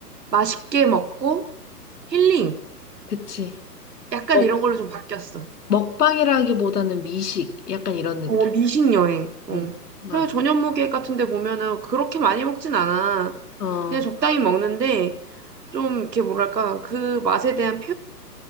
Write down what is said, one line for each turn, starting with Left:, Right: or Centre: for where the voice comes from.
Right: 맛있게 먹고 힐링.
Left: 그치.
Right: 약간
Left: 먹,
Right: 이런 걸로 좀 바뀌었어.
Left: 먹방이라기보다는 미식, 약간 이런 느낌.
Right: 어, 미식 여행. 어.
Left: 응, 맞아.
Right: 그래서 저녁무 계획 같은 데 보면은 그렇게 많이 먹진 않아.
Left: 어,
Right: 그냥 적당히 먹는데 좀 이렇게 뭐랄까 그 맛에 대한